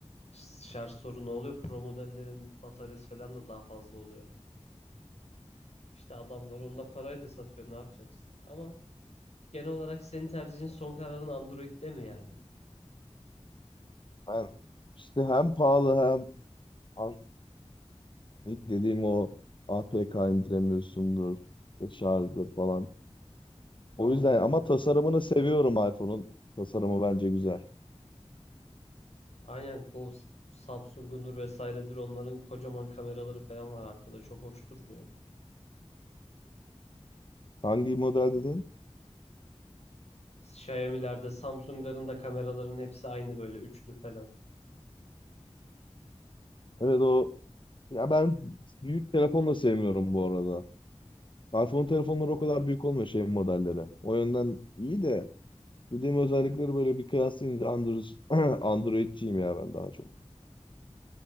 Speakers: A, on the left (about 70°); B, on the left (about 45°).
A: ş- şarj sorunu oluyor. Pro modellerin bataryası falan da daha fazla oluyor. İşte adamlar onu da parayla satıyor. Ne yapacaksın? Ama genel olarak senin tercihin son kararın Android'de mi yani?
B: Ben işte hem pahalı hem an- ilk dediğim o APK indiremiyorsundur. işte Şarjı falan. O
A: Anladım
B: yüzden ama
A: anladım.
B: tasarımını seviyorum iPhone'un. Tasarımı bence güzel.
A: Aynen bu S- Samsung'undur vesairedir onların kocaman kameraları falan var arkada. Çok hoş durmuyor.
B: Hangi model dedin?
A: Xiaomi'lerde, Samsung'ların da kameraların hepsi aynı böyle üçlü falan.
B: Evet o Ya ben büyük telefon da sevmiyorum bu arada. iPhone telefonları o kadar büyük olmuyor şey modelleri. O yönden iyi de dediğim özellikleri böyle bir kıyaslayınca Android, <clears throat> Android'ciyim ya ben daha çok.